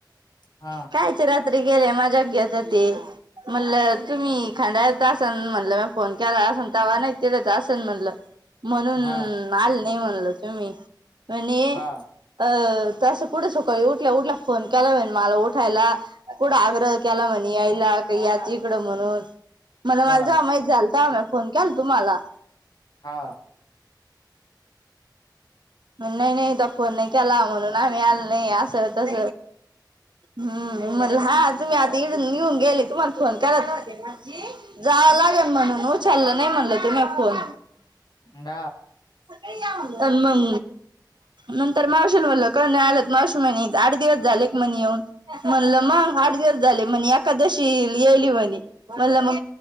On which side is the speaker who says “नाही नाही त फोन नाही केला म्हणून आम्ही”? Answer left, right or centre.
Right